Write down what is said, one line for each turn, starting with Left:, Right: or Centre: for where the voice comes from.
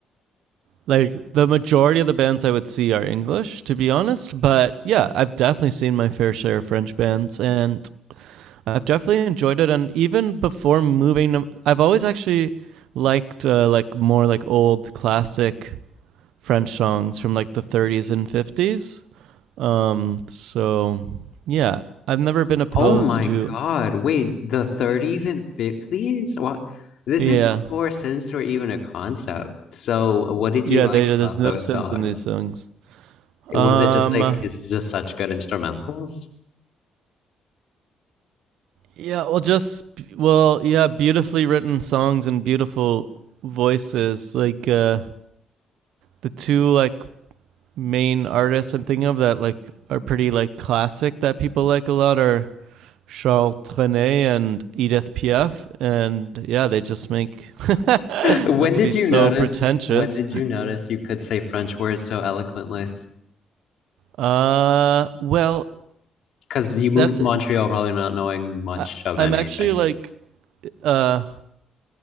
Right: like the majority of the bands I would see are English, to be honest. But yeah, I've definitely seen my fair share of French bands, and I've definitely enjoyed it, and even before moving, um, I've always actually liked uh, like more like old classic French songs from like the 30s and 50s. Um, so yeah, I've never been opposed
Left: Oh my
Right: to.
Left: God. Wait, the 30s and 50s? What? This
Right: Yeah,
Left: is before synths were even a concept. So what did
Right: yeah.
Left: you like
Right: They there's
Left: about
Right: no
Left: those
Right: sense
Left: songs?
Right: in these songs.
Left: It
Right: Um,
Left: was it just like it's just such good instrumentals? <laughs>
Right: yeah. Well, just well, yeah. Beautifully written songs and beautiful voices. Like uh, the two like main artists I'm thinking of that like are pretty like classic that people like a lot are Charles Trenet and Edith Piaf, and yeah, they just make <laughs>
Left: When
Right: not to
Left: did
Right: be so
Left: you notice
Right: pretentious.
Left: when did you notice you could say French words so eloquently?
Right: Uh, well,
Left: Because you moved
Right: that's
Left: to
Right: it.
Left: Montreal probably not knowing much
Right: I,
Left: of
Right: I'm
Left: anything.
Right: actually like, uh,